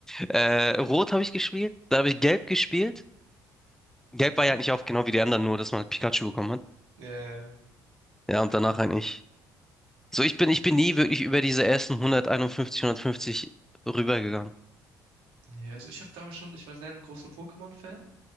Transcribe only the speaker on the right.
Mhm.
Ja, ja.
Ja, Ja, also ich habe damals schon, ich war sehr ein großer Pokémon-Fan.